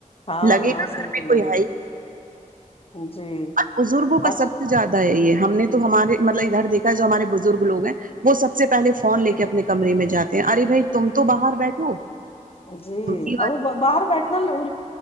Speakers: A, on the left; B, on the right.
A: ہاں
B: لگے
A: ہاں
B: گا
A: صحیح
B: گھر میں
A: بول
B: کوئی
A: رہی
B: ہے ہی
A: جی
B: بزرگوں کا
A: آج
B: سب سے زیادہ ہے یہ ہم نے تو ہمارے مطلب ادھر دیکھا جو ہمارے بزرگ لوگ ہیں وہ سب سے پہلے فون لے کے اپنے کمرے میں جاتے ہیں ارے بھائی تم تو باہر بیٹھو
A: جی
B: تم کی
A: اب
B: بات
A: باہر بیٹھنا لوگ